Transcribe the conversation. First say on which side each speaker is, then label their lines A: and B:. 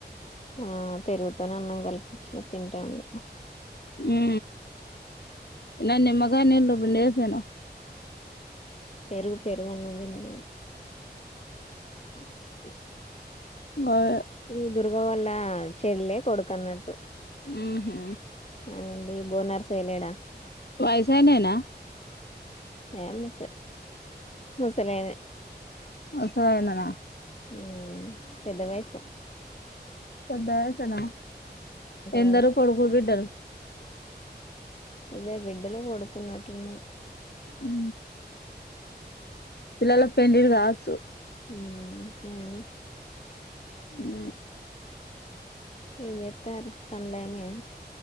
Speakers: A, on the left (about 40°); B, on the left (about 70°).
A: ఆ పెరుగుతోని అన్నం కలిపించిన తింటాడు.
B: ఊ ఇనాన్ని నిమ్మకాయ నీళ్లు పిండియి. అంతేనా.
A: పెరుగు పెరుగు అన్నం తిన్నాడు. ఓ
B: గదే
A: ఈ దుర్గ వాళ్ళ చెల్లే కొడుకు అన్నట్టు.
B: ఉహు
A: అండి బో నరసయ్య లేడా.
B: వైసాయనేనా.
A: ఏ ము ముసలేైైనే.
B: ముసలి ఆయననా.
A: ఉ పెద్దవయసే.
B: పెద్ద వయసేన. ఎందరు
A: వయసు
B: కొడుకులు బిడ్డలు.
A: ఇద్దరు బిడ్డలు ఓ కొడుకు ఉన్నట్టున్నాడు.
B: హు పిల్లల పెండ్లిలు కావచ్చు.
A: హు అయ్యోనాయి.
B: ఊ
A: ఏం చేస్తారు పనులైనయా.